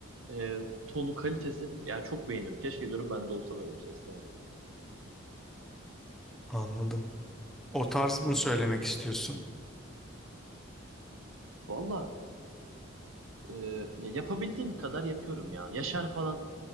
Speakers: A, on the right (about 75°); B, in the centre.
A: e, tonu kalitesi yani çok beğeniyorum. Keşke diyorum ben de olsa böyle bir ses yani.
B: anladım. O tarz mı
A: E,
B: söylemek istiyorsun?
A: valla e, ya yapabildiğim kadar yapıyorum ya. Yaşar falan